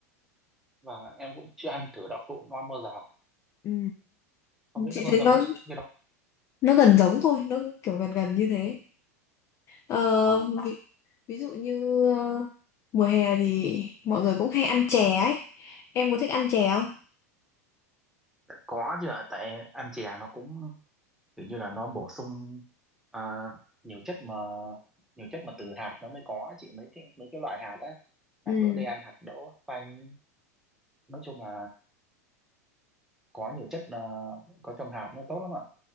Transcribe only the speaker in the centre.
và em cũng chưa ăn thử đậu phụ non bao giờ
không biết
nó có
giống
cái đậu
à,
có chứ ạ tại ăn chè nó cũng kiểu như là nó bổ sung à, nhiều chất mà nhiều chất mà từ hạt nó mới có chị mấy cái mấy cái loại hạt á hạt
đỗ đen hạt đỗ xanh nói chung là có nhiều chất ờ, có trong hạt nó tốt lắm ạ